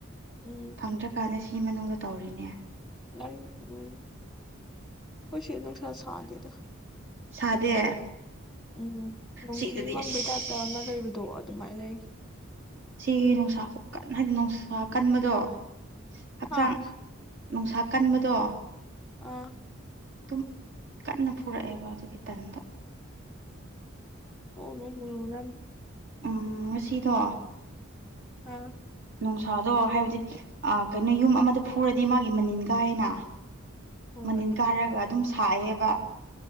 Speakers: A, in the centre; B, on the right.
A: ꯎꯝ
B: ꯐꯪꯗ꯭ꯔꯀꯥꯟꯗ ꯁꯤ ꯃꯅꯨꯡꯗ ꯇꯧꯔꯤꯅꯦ
A: ꯃꯥ ꯎꯝ ꯈꯨꯁꯤ ꯅꯁꯥ ꯁꯥꯗꯗ
B: ꯁꯥꯗꯦ
A: ꯎꯝ ꯅꯨꯡꯇꯤ
B: ꯁꯤꯗꯗꯤ
A: ꯃꯪꯕꯩ
B: ꯑꯁ
A: ꯇꯥꯏꯞꯇ ꯑꯃ ꯂꯩꯕꯗꯣ ꯑꯗꯨꯃꯥꯏꯅ ꯂꯩ
B: ꯁꯤ ꯅꯨꯡꯁꯥ ꯀꯣꯛ ꯀꯟ ꯍꯥꯏꯗꯤ ꯅꯨꯡꯁꯥ ꯀꯟꯕꯗꯣ ꯍꯛꯆꯥꯡ
A: ꯑꯥ
B: ꯅꯨꯡꯁꯥ ꯀꯟꯕꯗꯣ
A: ꯑꯥ
B: ꯑꯗꯨꯝ ꯀꯟꯅ ꯐꯨꯔꯛꯑꯦꯕ ꯑꯗꯨꯒꯤ ꯇꯟꯗꯣ
A: ꯑꯣꯅ ꯃꯗ
B: ꯎꯝ ꯉꯁꯤꯗꯣ
A: ꯑꯝ
B: ꯅꯨꯡꯁꯥꯗꯣ ꯍꯥꯏꯕꯗꯤ ꯑ ꯀꯩꯅꯣ ꯌꯨꯝ ꯑꯃꯗ ꯐꯨꯔꯗꯤ ꯃꯥꯒꯤ ꯃꯅꯤꯟ ꯀꯥꯏꯌꯦꯅ
A: ꯍꯣꯏ
B: ꯃꯅꯤꯟ ꯀꯥꯔꯒ ꯑꯗꯨꯝ ꯁꯥꯏꯌꯦꯕ